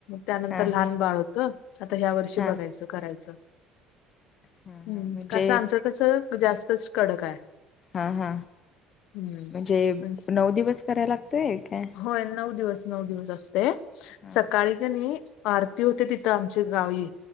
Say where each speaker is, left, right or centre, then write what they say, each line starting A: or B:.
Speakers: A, on the left; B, on the left.
A: त्यानंतर
B: हा
A: लहान बाळ होतं, आता ह्या वर्षी
B: हा
A: बघायचं, करायचं.
B: हा
A: हं,
B: हा म्हणजे
A: कसं आमचं कसं जास्तच कडक हाय.
B: हां हां
A: हम्म
B: म्हणजे, नऊ दिवस कराय लागतय? काय
A: होय नऊ दिवस, नऊ दिवस असते.
B: हा
A: सकाळी त्यान्नी आरती होते तिथं आमची गावी.